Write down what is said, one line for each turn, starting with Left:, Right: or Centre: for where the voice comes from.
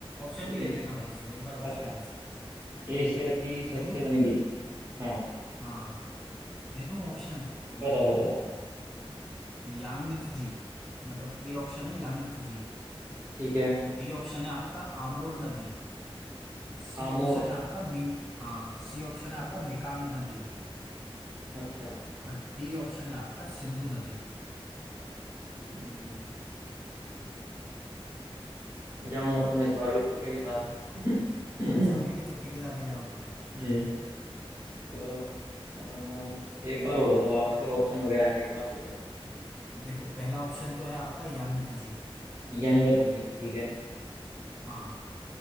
Centre: ऑप्शन
Right: एश,
Centre: भी ले लेना भले से मेरे पास ऑप्शन
Right: अच्छा
Centre: है सर
Right: एशिया की सबसे
Centre: दे दूं
Right: लंबी हाँ
Centre: हाँ दे दूं ऑप्शन
Right: बताओ बताओ बताओ
Centre: यांगत्जी मतलब ए ऑप्शन है यांगत्जी
Right: ठीक है
Centre: बी ऑप्शन है आपका आमोर नदी सी
Right: आमोर
Centre: ऑप्शन है आपका मिंग हाँ सी ऑप्शन है आपका मिकांग नदी
Right: अच्छा
Centre: और डी ऑप्शन है आपका सिंधु नदी
Right: हम्म, जाऊंगा तो मैं इस बार भी तुक्के के साथ ही
Centre: अच्छा अभी भी
Right: <laughs>
Centre: तुक्के के साथ ही जाओगे
Right: हम्म चलो अ, एक बार और बताओ आप ना जो ऑप्शन वगैरह है एक बार फिर से
Centre: देखो पहला ऑप्शन तो है आपका यांगत्ze जी
Right: यंगत जी ठीक है
Centre: हाँ